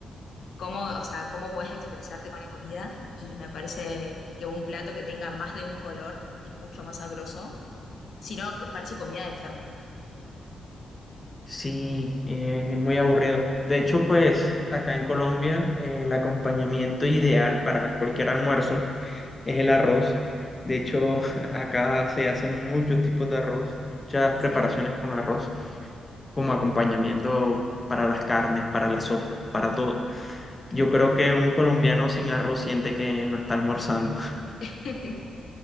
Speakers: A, on the left; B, on the left.
A: cómo, o sea, cómo puedes expresarte con la comida y me parece que un plato que tenga más de un color es mucho más sabroso Si no, co- parece comida de enfermo.
B: Sí, eh, es muy aburrido. De hecho, pues acá en Colombia eh, el acompañamiento ideal para cualquier almuerzo es el arroz. De hecho, <laughs> acá se hacen muchos tipos de arroz, muchas
A: Sí.
B: preparaciones con arroz. como acompañamiento para las carnes, para la sopa, para todo. Yo creo que un colombiano sin arroz siente que no está almorzando. <laughs>
A: <laughs>